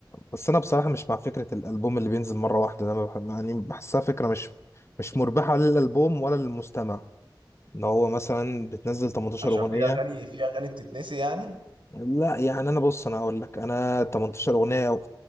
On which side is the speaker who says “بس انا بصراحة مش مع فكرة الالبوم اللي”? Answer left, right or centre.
Left